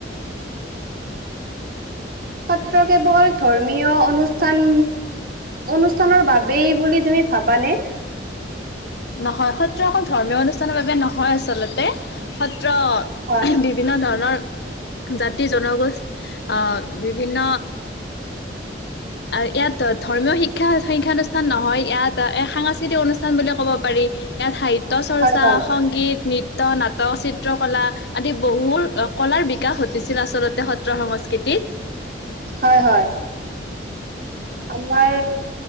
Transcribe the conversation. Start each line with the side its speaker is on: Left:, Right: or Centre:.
Right: সত্ৰ কেৱল ধৰ্মীয় অনুষ্ঠান অনুষ্ঠানৰ বাবেই বুলি তুমি ভাবানে
Left: নহয় সত্ৰ অকল ধৰ্মীয় অনুষ্ঠানৰ বাবে নহয় আচলতে সত্ৰ
Right: হয়
Left: বিভিন্ন ধৰণৰ জাতি জনগোষ্ঠ আ বিভিন্ন আৰু ইয়াত ধৰ্মীয় শিক্ষা সংখ্যানুষ্ঠান নহয় ইয়াত এ সাংস্কৃতিক সাংস্কৃতিক অনুষ্ঠান বুলি ক'ব পাৰি ইয়াত সাহিত্য চৰ্চা
Right: হয় হয়
Left: সংগীত নৃত্য নাটক চিত্ৰ কলা আদি বহুত কলাৰ বিকাশ ঘটিছিল আচলতে সত্ৰ সংস্কৃতি দিন
Right: হয় হয় আমাৰ